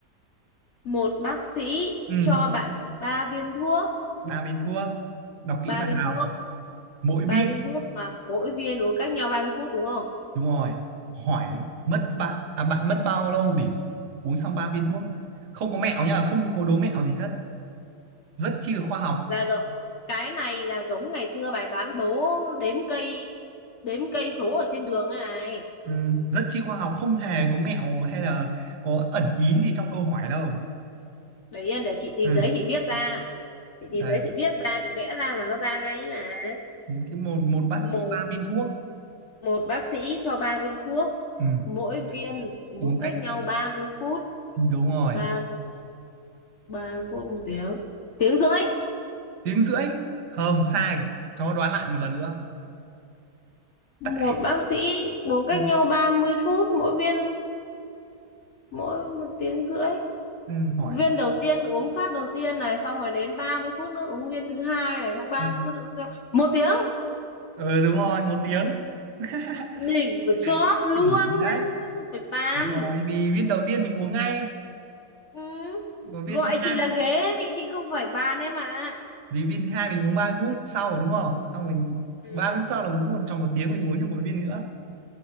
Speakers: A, on the left; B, on the right.
A: Một bác sĩ
B: Ừ,
A: cho bạn ba viên thuốc,
B: ba viên thuốc. Đọc kỹ
A: ba
B: bạn
A: viên
B: nào.
A: thuốc,
B: Mỗi
A: ba
B: viên
A: viên thuốc mà mỗi viên uống cách nhau ba mươi phút đúng không?
B: đúng rồi hỏi mất
A: Ừ.
B: bạn à bạn mất bao lâu để uống xong ba viên thuốc không có mẹo nhá không có đố mẹo gì hết rất chi là khoa học
A: Là rồi. Cái này là giống ngày xưa bài toán đố đếm cây đếm cây số ở trên đường thế này.
B: ừ, rất chi khoa học không hề có mẹo hay là có ẩn ý gì trong câu hỏi đâu
A: Để yên để chị tìm
B: ừ.
A: giấy chị viết ra. Chị
B: Đấy.
A: tìm giấy chị viết ra, chị vẽ ra là nó ra ngay mà
B: thế một một bác
A: một
B: sĩ ba viên thuốc
A: một bác sĩ cho 3 viên thuốc
B: ừ.
A: mỗi viên uống
B: uống
A: cách
B: cách
A: nhau 30 phút
B: đúng rồi
A: ba 30 phút một tiếng tiếng rưỡi
B: tiếng rưỡi không sai cho đoán lại một lần nữa
A: một
B: Tại...
A: bác sĩ uống cách
B: ừ.
A: nhau 30 phút mỗi viên mỗi một tiếng rưỡi
B: ừ, hỏi
A: viên đầu tiên uống phát đầu tiên này xong rồi đến 30 phút nữa uống viên thứ hai này xong ba
B: ừ.
A: mươi phút nữa uống ra- một tiếng
B: ừ đúng rồi một tiếng <laughs>
A: đỉnh của chóp
B: Tại-
A: luôn
B: Để đấy
A: không phải bàn
B: đúng rồi vì viên đầu tiên mình uống ngay
A: ừ.
B: còn viên
A: gọi
B: thứ hai
A: chị là ghế vì chị không phải bàn em ạ À.
B: vì viên thứ hai mình uống 30 phút sau rồi đúng không xong mình
A: ừ.
B: 30 phút sau là đúng còn tròn một tiếng mình uống thêm một viên nữa